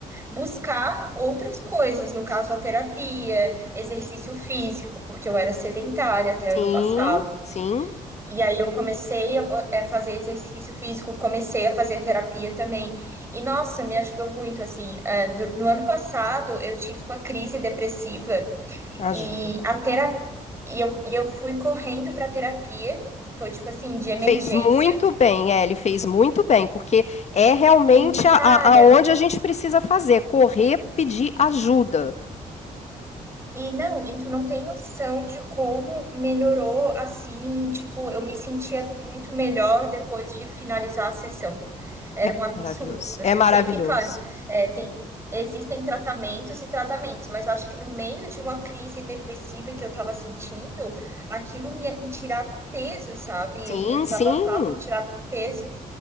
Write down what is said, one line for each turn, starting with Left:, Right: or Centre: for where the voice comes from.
Right: buscar outras coisas, no caso a terapia, exercício físico, porque eu era sedentária até
Left: Sim,
Right: ano passado.
Left: sim.
Right: E aí eu comecei a bo- é, fazer exercício físico, comecei a fazer terapia também. E nossa, me ajudou muito assim. é, do- no ano passado eu tive uma crise depressiva
Left: Ajuda.
Right: e a terapia, e eu, e eu fui correndo para terapia. Foi tipo assim, de emergência.
Left: Fez muito bem, Ellie, fez muito bem, porque é realmente
Right: E,
Left: a-
Right: cara,
Left: a- aonde a, gente precisa fazer, correr, pedir ajuda.
Right: E não, e tu não tem noção de como melhorou assim, tipo, eu me sentia muito melhor depois de finalizar a sessão. Era
Left: É
Right: um absurdo,
Left: maravilhoso.
Right: assim,
Left: É maravilhoso.
Right: eu sei que, claro, é, tem, existem tratamentos e tratamentos, mas eu acho que no meio de uma crise depressiva que eu tava sentindo, aquilo me, me tirava peso, sabe?
Left: Sim,
Right: Eu, eu desabafava,
Left: sim.
Right: eu tirava peso.